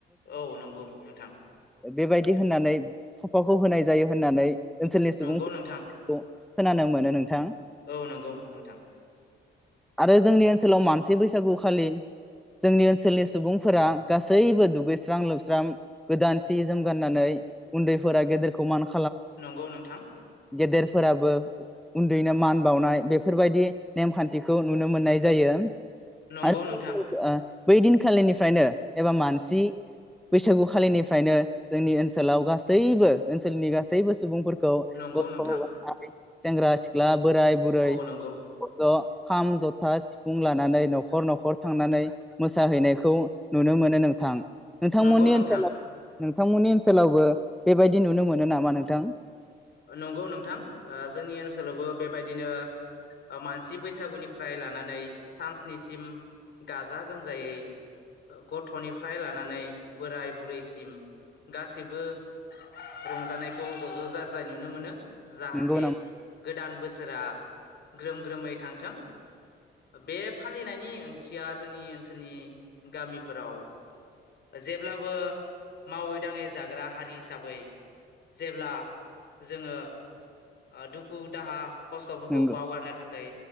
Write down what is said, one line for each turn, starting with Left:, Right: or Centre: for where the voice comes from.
Left: औ नंगौ नोंथां
Centre: बेबादि होननानै थफाखौ होनाय जायो होननानै ओनसोलनि सुबुंफोरखौ
Left: नंगौ नोंथां
Centre: खोनानो मोनो नों थां
Left: औ नोंगौ नोंथां
Centre: आरो जोंनि ओनसोलाव मानसि <inaudible> बैसागु खालि जोंनि ओनसोलनि सुबुंफोरा गासैबो दुगैस्रां लोबस्राम गोदान सि जोम गाननानै उन्दैफोरा गेदेरखौ मान खालामो
Left: नंगौ नोंथां
Centre: गेदेरफोराबो <inaudible> उन्दैनो मानबाउनाय बेफोरबायदि नेमखान्थिखौ नुनो मोननाय जायो
Left: नंगौ
Centre: आरो
Left: नोंथां
Centre: ओ बै दिनखालिनिफ्रायनो एबा मानसि बैसागु खालिनिफ्रायनो जोंनि ओनसोलाव गासैबो ओनसोलनि गासैबो सुबुंफोर खौ
Left: नंगौ नोंथां
Centre: <inaudible> सेंग्रा सिख्ला बोराय बुरै
Left: औ
Centre: <inaudible>
Left: नंगौ
Centre: खाम जथा सिफुं लानानै नखर नखर थांनानै मोसाहैनायखौ नुनो मोनो नोंथां नोंथांमोननि
Left: नंगौ नोंथां
Centre: ओनसोलाव नोंथांमोननि ओनसोलावबो बेबायदि नुनो मोनो नामा नोंथां
Left: नंगौ नोंथां ओ जोंनि ओनसोलावबो बिबादिनो ओ मानसि बैसागो निफ्राय लानानै सान स्नि सिम गाजा गोमजायै गथनि फ्राय लानानै बोराय बुरिसिम गासिबो रंजानायखौ ज'-ज' जा जाय नुनो‌ मोनो जाहाथे
Centre: नंगौ नामा
Left: गोदान बोसोरा ग्रोम ग्रोमै थांथों बे फालिनायनि ओंथिया जोंनि ओनसोलनि गामाफोराव जेब्लाबो मावै-दाङै जाग्रा हारि हिसाबै जेब्ला जोङो ओ दुखु दाहा खसथफोरखौ
Centre: नंगौ
Left: बावगारनो थाखाय